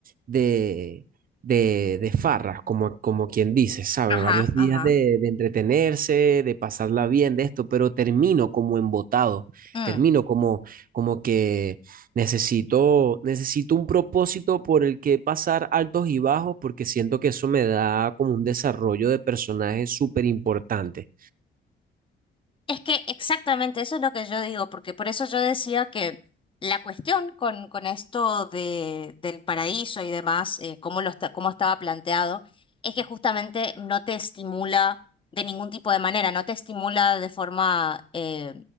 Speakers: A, on the right; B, on the left.
A: de, de, de farra, como, como quien dice, ¿sabe?
B: ajá,
A: Varios días
B: ajá.
A: de, de entretenerse, de pasarla bien, de esto, pero termino como embotado,
B: mm.
A: termino como, como que necesito, necesito un propósito por el que pasar altos y bajos, porque siento que eso me da como un desarrollo de personaje súper importante.
B: Es que exactamente eso es lo que yo digo, porque por eso yo decía que la cuestión con, con esto de, del paraíso y demás, eh, cómo lo está- cómo estaba planteado, es que justamente no te estimula de ningún tipo de manera, no te estimula de forma eh,